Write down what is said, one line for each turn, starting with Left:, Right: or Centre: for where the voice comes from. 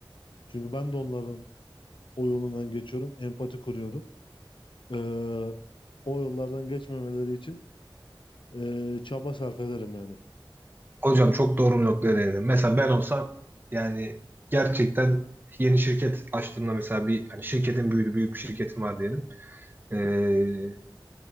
Left: Çünkü ben de onların o yolundan geçiyorum. Empati kuruyorum. Ee, o yollardan geçmemeleri için ee, çaba sarf ederim yani.
Right: Hocam çok doğru bir noktaya değindin. Mesela ben olsam yani gerçekten yeni şirket açtığımda mesela bir hani şirketin büyüdü büyük bir şirketim var diyelim. Ee,